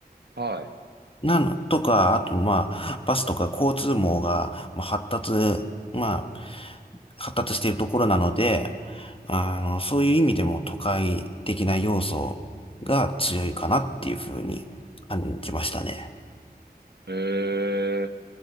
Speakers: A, on the right (about 85°); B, on the left (about 35°).
A: はい。
B: なの、とか、あと、まあ、バスとか交通網が、まあ、発達、まあ、発達しているところなので、あの、そういう意味でも都会的な要素が強いかなっていうふうに感じましたね。
A: へえ、